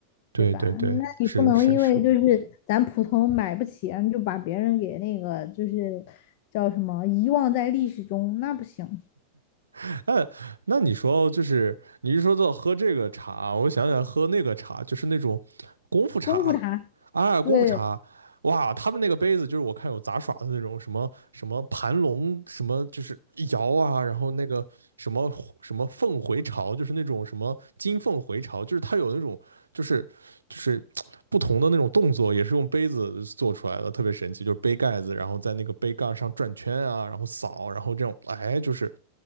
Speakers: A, on the right; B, on the left.
A: 对对对，
B: 对吧？那你不能因为就是咱普通买不起啊你就把别人给那个就是
A: 是是是，
B: 叫什么遗忘在历史中，那不行，
A: <laughs> 哎，那你说就是你一说到喝这个茶，我想起来喝那个茶，就是那种功夫茶，
B: 功夫茶，
A: 啊，
B: 对。
A: 功夫茶，哇，他们那个杯子就是我看有杂耍的那种什么什么盘龙，什么就是摇啊，然后那个什么什么凤回巢，就是那种什么金凤回巢，就是它有那种就是就是不同的那种动作，也是用杯子做出来的，特别神奇。就是杯盖子，然后在那个杯盖上转圈啊，然后扫，然后这种，哎，就是